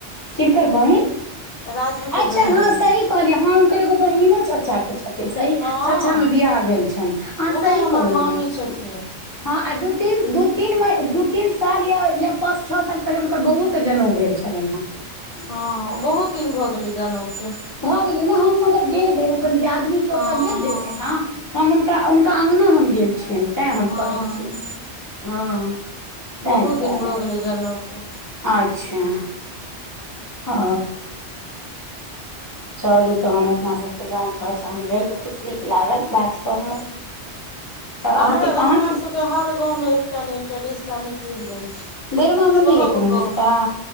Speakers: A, on the left (about 35°); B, on the left (about 75°).
A: किनकर बहिन
B: राजू के
A: अच्छा
B: बहिन
A: हँ सही कहलियै हँ हुनकर एगो बहिनो चाचा के छथि न सही
B: हँ
A: छछा मे बिवाह भेल छनि अहाँ
B: उएह
A: सही
B: हमर
A: कहलियै
B: मामी छथिन
A: हँ आ दू तीन दू तीन दू तीन साल या या पाँच छओ साल पहिनेे हुनकर बौओके जनउ भेल छैन छलैन हन
B: हँ बहुत दिन भऽ गेलै जनउके
A: भऽ गेलै ने हम मगर गेल रहहि अपन दियादनी के
B: हँ
A: ओतय गेल
B: हँ
A: रहियै ने हम हुनका हुनका अँगनो हम गेल छियनि तैँ हम
B: हँ
A: कहै छी हँ तैँ
B: बहुत
A: दुआरे
B: दिन भऽ गेलै जनउ के
A: अच्छा ओ चलू तहन अपना सबके जान पहचान भेल बहुत नीक लागल बात कऽ
B: ह
A: कऽ तऽ
B: हमरा
A: अहाँके
B: हमर
A: अहाँके
B: सबके हर गाँवमें एकटा ने एक टा रिश्ता निकल जाइ छै
A: देयरिमा मे
B: सोहब
A: नहि यै एकोटा
B: गाँव
A: रिश्ता
B: मे